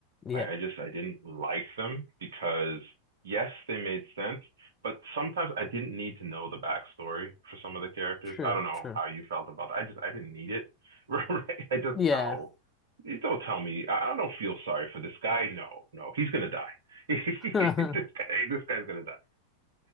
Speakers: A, on the left (about 20°); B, on the right (about 65°).
A: Yeah.
B: I, I just, I didn't like them because, yes, they made sense, but sometimes I didn't need to know the backstory for some of the characters.
A: True,
B: I don't know
A: true.
B: how you felt about that. I just, I didn't need it. <laughs> Right? I just,
A: Yeah.
B: no. You Don't tell me. I I don't feel sorry for this guy. No, no, he's going to die. <laughs> this
A: <laughs>
B: guy, this guy's gonna die.